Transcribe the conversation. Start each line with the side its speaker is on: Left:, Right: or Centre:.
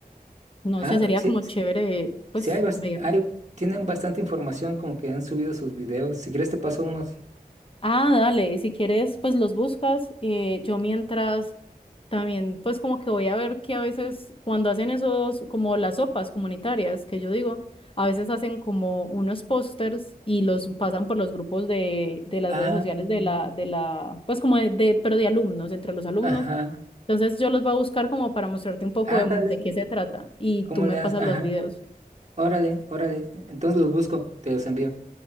Left: No
Right: Ah,
Left: sé, sería
Right: pero sí,
Left: como
Right: sí,
Left: chévere, pues,
Right: sí hay, bast-
Left: ver.
Right: hay, tienen bastante información como que han subido sus videos. Si quieres te paso unos.
Left: Ah, dale, si quieres, pues los buscas. eh, yo mientras también, pues como que voy a ver que a veces cuando hacen esos, como las sopas comunitarias, que yo digo, a veces hacen como unos pósters y los pasan por los grupos de, de las
Right: Ah,
Left: redes sociales de la, de la, pues como de, de- pero de alumnos, entre los alumnos.
Right: ajá.
Left: Entonces yo los voy a buscar como para mostrarte un poco
Right: Ándale.
Left: de, de qué se trata y
Right: ¿Cómo
Left: tú me
Right: le haces?
Left: pasas
Right: Ajá.
Left: los videos.
Right: Órale, órale. Entonces los busco, te los envío.